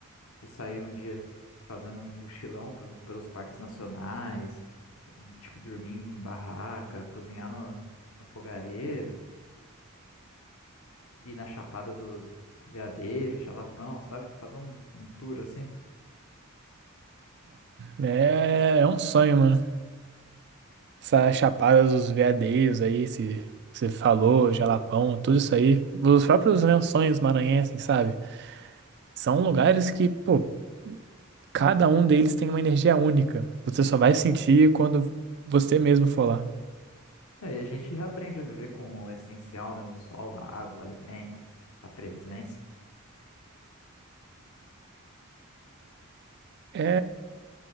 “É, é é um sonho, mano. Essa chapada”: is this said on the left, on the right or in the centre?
Right